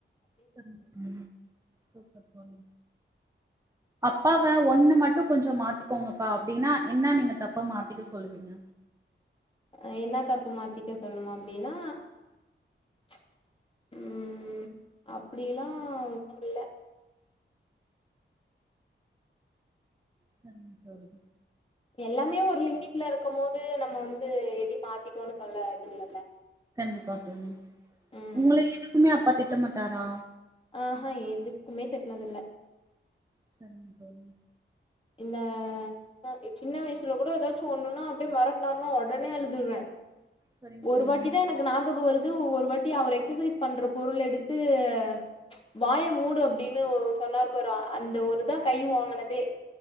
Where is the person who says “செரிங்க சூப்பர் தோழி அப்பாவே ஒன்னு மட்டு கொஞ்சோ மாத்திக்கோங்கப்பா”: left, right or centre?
Right